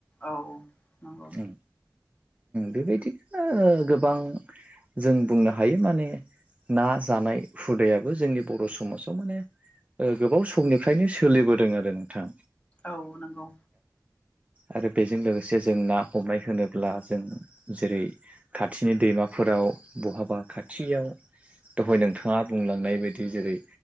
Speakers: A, on the left; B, on the right.
A: औ नंगौ
B: उम बेबायदिनो गोबां जों बुंनो हायो माने ना जानाय हुदायाबो जोंनि बर' समाजाव माने ओ गोबाव समनिफ्रायनो सोलिबोदों आरो नोंथां
A: औ नोंगौ
B: आरो बेजों लोगोसे जों ना हमनाय होनोब्ला। जों जेरै खाथिनि दैमाफोराव बहाबा खाथियाव दहाय नोंथाङा बुंलांनाय बायदि जेरै